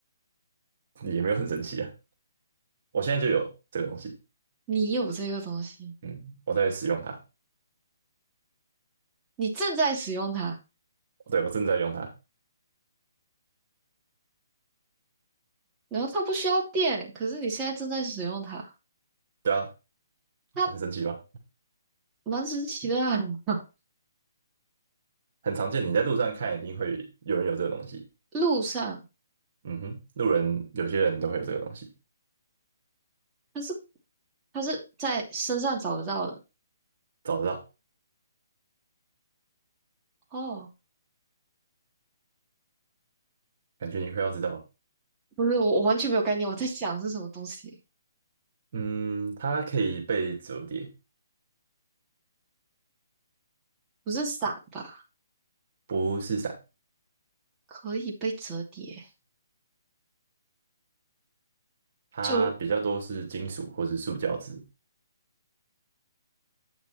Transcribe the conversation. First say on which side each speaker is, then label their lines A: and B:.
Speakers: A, on the right (about 50°); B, on the right (about 20°).
A: 也没有很神奇啊。我现在就有这个东西，
B: 你有这个东西，
A: 嗯，我在使用它，
B: 你正在使用它，
A: 对，我正在用它，
B: 然后它不需要电，可是你现在正在使用它，
A: 对啊，
B: 它
A: 很神奇吧？
B: 蛮神奇的啊。<laughs>
A: 很常见，你在路上看一定会有人有这个东西，
B: 路上，
A: 嗯哼，路人有些人都会有这个东西，
B: 它是它是在身上找得到的
A: 找得到，
B: 哦。
A: 感觉你快要知道了。
B: 不是，我我完全没有概念，我在想是什么东西，
A: 嗯，它可以被折叠，
B: 不是伞吧？
A: 不是伞。
B: 可以被折叠，
A: 它比较多是金属或是塑胶制，
B: 就